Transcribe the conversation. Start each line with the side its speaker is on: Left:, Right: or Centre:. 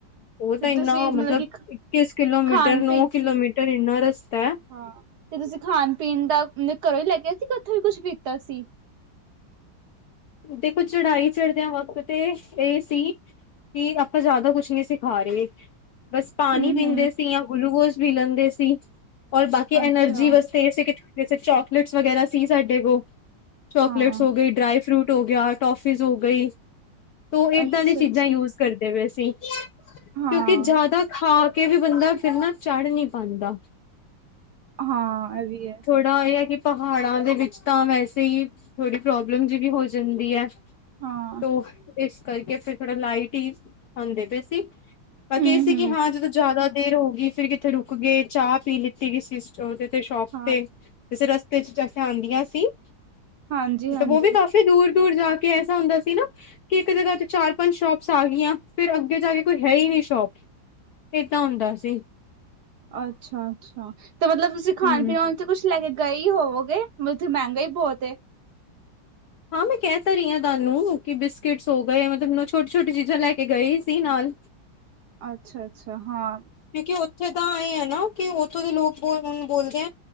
Left: ਉਹ ਤਾਂ
Right: ਤੇ
Left: ਇੰਨਾ
Right: ਤੁਸੀਂ
Left: ਮਤਲਬ
Right: ਕਿ
Left: ਇੱਕੀਸ ਕਿਲੋਮੀਟਰ
Right: ਖਾਣ
Left: ਨੌ
Right: ਪੀਣ
Left: ਕਿਲੋਮੀਟਰ ਇੰਨਾ ਰਸਤਾ ਹੈ।
Right: ਹਾਂ ਤੇ ਤੁਸੀਂ ਖਾਣ ਪੀਣ ਦਾ ਘਰੋਂ ਹੀ ਲੈ ਗਿਆ ਸੀ ਉੱਥੋਂ ਵੀ ਕੁਛ ਲੀਤਾ ਸੀ।
Left: ਦੇਖੋ ਚੜਾਈ ਚੜ੍ਹਦਿਆਂ ਵਕਤ ਤੇ ਇਹ ਸੀ। ਕਿ ਆਪਾਂ ਜ਼ਿਆਦਾ ਕੁਛ ਨੀ ਸੀ ਖਾ ਰੇ। ਬਸ ਪਾਣੀ
Right: ਹੂੰ-ਹੂੰ,
Left: ਪੀਂਦੇ ਸੀ ਜਾਂ ਗਲੂਕੋਜ ਪੀ ਲੈਂਦੇ ਸੀ ਔਰ ਬਾਕੀ ਐਨਰਜੀ
Right: ਅੱਛਾ
Left: ਬਸ ਤੇ ਕਿਥੇ ਚੋਕਲੇਟਸ ਵਗੈਰਾ ਸੀ ਸਾਡੇ ਕੋਲ ਚੋਕਲੇਟਸ
Right: ਹਾਂ,
Left: ਹੋ ਗਈ ਡਰਾਈਵ ਫਰੂਟ ਹੋਗਿਆ ਟੋਫੀਸ ਹੋ ਗਈ ਤ ਏਦਾਂ
Right: ਅੱਛਾ-ਅੱਛਾ।
Left: ਦੀ ਚੀਜ਼ਾਂ ਈ ਯੂਜ ਕਰਦੇ ਪਏ ਸੀ। ਕਿਉਂਕਿ
Right: ਹਾਂ,
Left: ਜ਼ਿਆਦਾ ਖਾ ਕੇ ਵੀ ਬੰਦਾ ਫਿਰ ਨਾ ਚੜ੍ਹ ਨਹੀਂ ਪਾਉਂਦਾ।
Right: ਹਾਂ ਇਹ ਵੀ ਐ।
Left: ਦਾ ਇਹ ਹੈ ਕਿ ਪਹਾੜਾਂ ਦੇ ਵਿੱਚ ਤਾਂ ਵੈਸੇ ਹੀ ਥੋੜੀ ਪ੍ਰੋਬਲਮ ਵੀ ਹੋ ਜਾਂਦੀ ਹੈ।
Right: ਹਾਂ,
Left: ਤ ਇਸ ਕਰਕੇ ਫਿਰ ਥੋੜਾ ਲਾਈਟ ਹੀ ਖਾਂਦੇ ਪਏ ਸੀ। ਪਰ
Right: ਹੂੰ-ਹੂੰ,
Left: ਕੀ ਸੀ ਕਿ ਹਾਂ ਜਦੋਂ ਜ਼ਿਆਦਾ ਦੇਰ ਹੋ ਗਈ ਫਿਰ ਕਿੱਥੇ ਰੁਕ ਗਏ ਚਾਹ ਪੀ ਲ ਤੇਅਸੀ ਸਟੋਰ ਤੇ ਸ਼ੋਪ
Right: ਹਾਂ।
Left: ਤੇ ਜੇ ਰਸਤੇ ਚ ਜੈਸੇ ਆਂਦੀਆਂ ਸੀ। ਉਹ
Right: ਹਾਂਜੀ-ਹਾਂਜੀ,
Left: ਵੀ ਕਾਫ਼ੀ ਦੂਰ, ਦੂਰ ਜਾ ਕੇ ਐਸਾ ਹੁੰਦਾ ਸੀ ਨਾ ਕਿ ਇੱਕ ਜਗ੍ਹਾ ਤੇ ਚਾਰ ਪੰਜ ਸ਼ੋਪਸ ਆ ਗਈਆਂ ਫਿਰ ਅੱਗੇ ਜਾ ਕੇ ਕੋਈ ਹੈ ਹੀ ਨਹੀਂ ਸ਼ੋਪ ਇਹ ਤਾਂ ਹੁੰਦਾ ਸੀ।
Right: ਅੱਛਾ, ਅੱਛਾ ਤੇ ਮਤਲਬ ਤੁਸੀਂ
Left: ਹੂੰ
Right: ਖਾਣ ਪੀਣ ਥ ਕੁਛ ਲੈ ਕੇ ਗਏ ਹੀ ਹੋਵੋਗੇ ਮਤਲਬ ਉੱਥੇ ਮਹਿੰਗਾ ਹੀ ਬਹੁਤ ਏ
Left: ਹਾਂ ਮੈਂ ਕਹਿ ਤ ਰਹੀ ਹਾਂ ਤੁਹਾਨੂੰ ਕਿ ਬਿਸਕਿਟਸ ਹੋ ਗਏ ਮਤਲਬ ਛੋਟੀ, ਛੋਟੀ ਚੀਜ਼ਾਂ ਲੈ ਕੇ ਗਏ ਸੀ ਨਾਲ
Right: ਅੱਛਾ, ਅੱਛਾ ਹਾਂ
Left: ਕਿਉਂਕਿ ਉੱਥੇ ਤਾਂ ਇਹ ਹੈ ਨਾ ਕਿ ਉੱਥੋਂ ਦੇ ਲੋਕ ਬ ਹੁਣ ਬੋਲਦੇ ਹੈ।